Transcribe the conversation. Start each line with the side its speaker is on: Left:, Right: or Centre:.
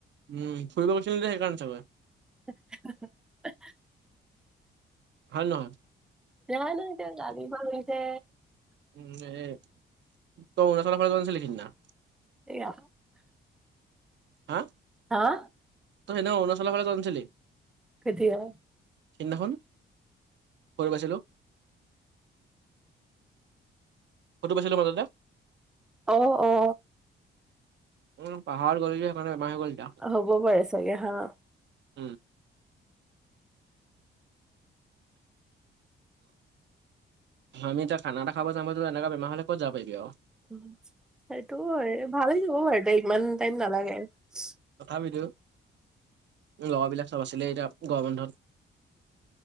Right: উম, ফুৰিব গছিলে যে সেইকাৰণে চাগে?
Centre: <unintelligible>
Right: হয় নহয়?
Centre: <unintelligible> তেওঁ গালি পৰিছে।
Right: এই তই অৰুণাচলৰ ফালে গৈছিলি সিদিনা?
Centre: সেয়া।
Right: হা?
Centre: হা?
Right: তই সেইদিনা অৰুণাচলৰ ফালে যোৱা নাছিলি?
Centre: কেতিয়া?
Right: সিদিনাখন? <unintelligible> পাইছিলোঁ। ফটো পাইছিলো মাজতে।
Centre: অ', অ'।
Right: উম পাহাৰ গল যে সেইকাৰণে এমাহ গল এতিয়া।
Centre: লব পাৰে চাগে হা?
Right: উম। আমি যে খানা এটা খাব যামো এনেকুৱা বেমাৰ হলে কত যাব পাৰিবি আৰু?
Centre: উম সেইটো ভালেই যাব বাৰু দে ইমান টাইম নালাগে চু।
Right: তথাপিতো ল'ৰাবিলাক চাবাচোন এই এতিয়া গৰম বন্ধত